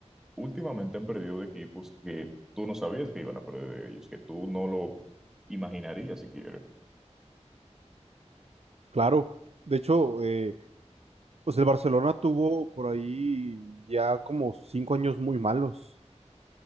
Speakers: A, in the centre; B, on the right.
A: últimamente han perdido de equipos que tú no sabías que iban a perder de ellos, que tú no lo imaginarías siquiera.
B: Claro, de hecho, eh, pues el Barcelona tuvo por ahí ya como cinco años muy malos.